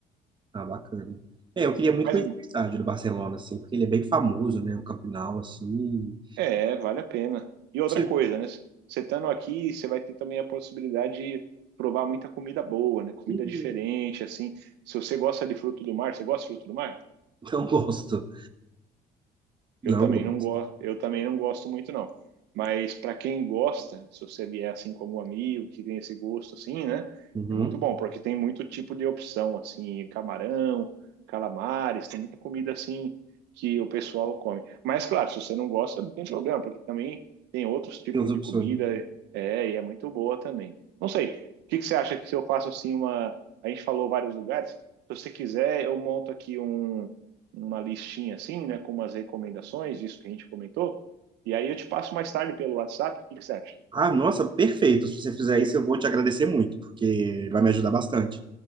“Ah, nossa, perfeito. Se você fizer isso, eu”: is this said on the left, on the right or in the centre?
Right